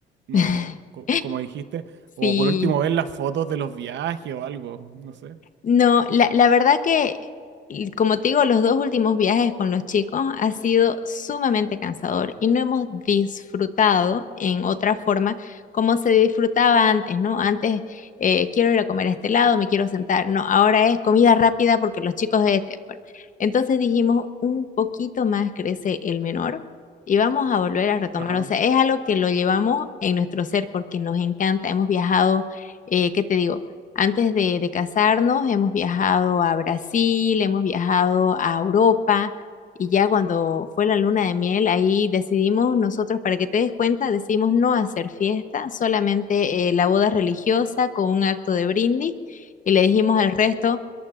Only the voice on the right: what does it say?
no,
co- como dijiste. O
por último, ver las fotos de los viajes o algo, no sé.
Ajá,